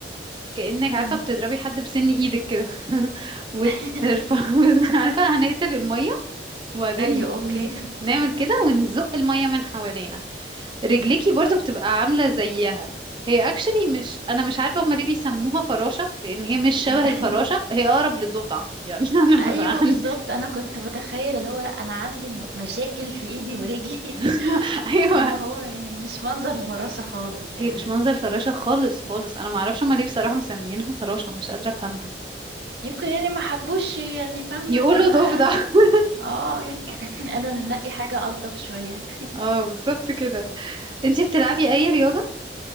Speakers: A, on the right (about 25°); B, on the right (about 75°).
A: كأنك
B: مم.
A: عارفة بتضربي حد بسن ايدك كده <laughs> وترفع
B: <laughs>
A: <laughs> بس- عارفة هنقتل المية وبعدين
B: ايوه اوكي
A: ن- نعمل كده ونزق المية من حوالينا رجليكي برضو بتبقى عاملة زيها هي اكشلي مش انا مش عارفة هما ليه بيسموها فراشة لان هي مش شبه
B: مم. <laughs>
A: الفراشة هي اقرب للضفدع يعني <laughs> انا ببقى
B: ايوه بالظبط
A: عن...
B: انا كنت بتخيل اللي هو لا انا عندي م- مشاكل في ايدي ورجلي
A: <laughs>
B: <laughs>
A: ايوه
B: اللي هو يعني مش منظر الفراشة خالص
A: هي
B: يعني
A: مش منظر فراشة خالص خالص انا معرفش هما ليه بصراحة مسميينها فراشة مش قادرة افهمها
B: يمكن يعني ما حبوش يعني فاهمة
A: يقولوا
B: تبقى
A: ضفدع <laughs>
B: اه يعني <clears throat> قالوا ننقي حاجة ألطف شوية
A: اه بالظبط كده انتي بتلعبي اي رياضة